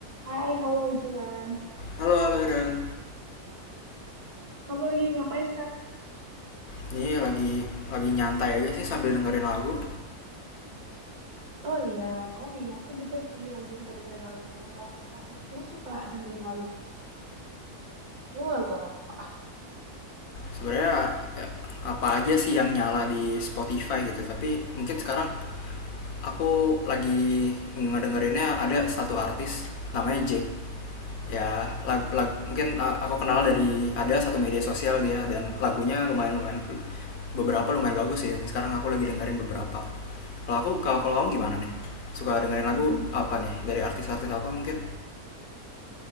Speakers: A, on the right (about 80°); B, on the left (about 80°).
A: Hai, halo Juan.
B: Halo halo Iren
A: Kamu lagi ngapain sekarang?
B: Ini lagi lagi nyantai aja sih sambil dengerin lagu.
A: Oh iya, oh iya, aku juga sih lagi suka dengerin lagu. Kalau kamu suka dengerin lagu, lagu apa?
B: Sebenarnya ya, apa aja sih yang nyala di Spotify gitu, tapi mungkin sekarang aku lagi ngedengerinnya ada satu artis namanya Jake. Ya, lag, lag- mungkin uh, aku kenal dari ada satu media sosial dia dan lagunya lumayan lumayan beberapa lumayan bagus sih. sekarang aku lagi dengerin beberapa. Kalau aku kalau kalau kamu gimana nih? Suka dengerin lagu
A: Em,
B: apa nih? Dari artis-artis apa mungkin?